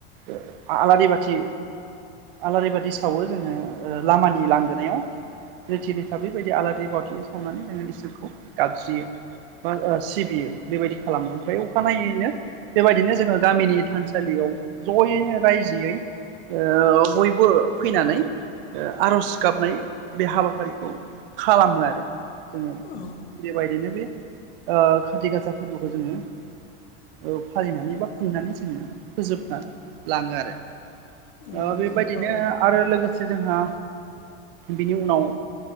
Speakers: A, on the right (about 60°); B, on the left (about 70°).
A: ओ आलारि बाथि आलारि बादि सावो जोङो ओ लामानि लांगोनायाव रिथि रिथा बेबादि बाथि सावनानैहाय जोङो इसोरखौ गाबज्रियो। बा सिबियो बेबायदि खालामो ओमफ्राय अखानायनायैनो बेबायदिनो जोङो गामिनि थानसालियाव ज'यैनो रायजोयै ओ बयबो फैनानै आर'ज गाबनाय बे हाबाफारिखौ खालामो आरो जोङो।
B: <inaudible>
A: बेबायदिनो बे ओ खाथि गासा फोरबोखौ जोङो ओ फालिनानै बा खुंनानै जोङो फोजोबना लाङो आरो।
B: नंगौ
A: ओ बेबायदिनो
B: औ
A: आरो लोगोसे जोंहा बिनि उनाव